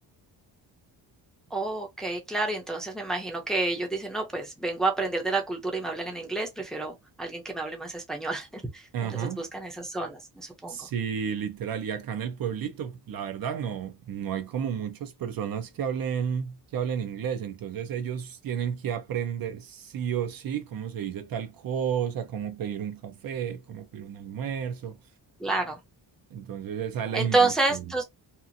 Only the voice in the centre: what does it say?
Oh, ok, claro, y entonces me imagino que ellos dicen, no, pues vengo a aprender de la cultura y me hablan en inglés, prefiero alguien que me hable más español. <laughs>
Entonces buscan esas zonas, me supongo.
Claro.
Entonces,
tus